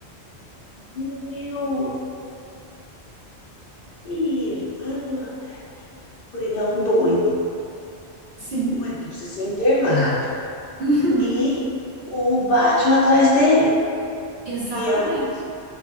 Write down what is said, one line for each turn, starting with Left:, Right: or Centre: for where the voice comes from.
Left: Meu Deus! E... Ah, Coringão doido,
Right: <laughs> Sim,
Left: doido, precisa ser internado.
Right: uhum,
Left: E o Batman atrás dele,
Right: exatamente.
Left: que é um,